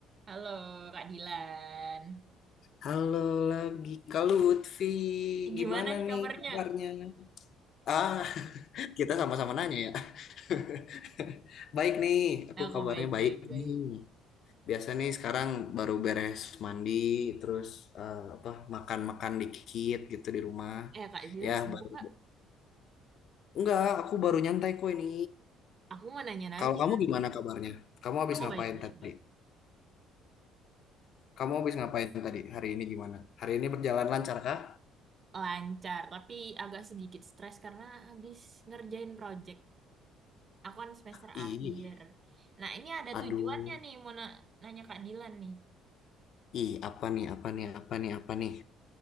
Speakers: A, on the right; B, on the left.
A: Halo Kak Dilan.
B: Halo lagi Kak Lutfi,
A: Gimana
B: gimana
A: nih
B: nih
A: kabarnya?
B: kabarnya? Ah, <laughs> kita sama-sama nanya ya. <laughs> Baik nih, aku
A: Aku
B: kabarnya
A: baik-baik
B: baik
A: baik. baik.
B: nih. Biasa nih sekarang baru beres mandi, terus eh, apa makan-makan dikit gitu di rumah.
A: Eh Kak Dilan
B: Ya
A: sibuk
B: baru.
A: nggak?
B: Enggak, aku baru nyantai kok ini.
A: Aku mau nanya-nanya.
B: Kalau kamu gimana kabarnya? Kamu habis
A: Aku
B: ngapain
A: baik-baik
B: tadi?
A: baik. baik, baik.
B: Kamu habis ngapain tadi? Hari ini gimana? Hari ini berjalan lancar kah?
A: Lancar, tapi agak sedikit stres karena habis ngerjain project. Aku kan semester
B: Ih,
A: akhir. Nah ini ada
B: aduh.
A: tujuannya nih mau na- nanya Kak Dilan nih.
B: Ih, apa nih, apa nih, apa nih, apa nih?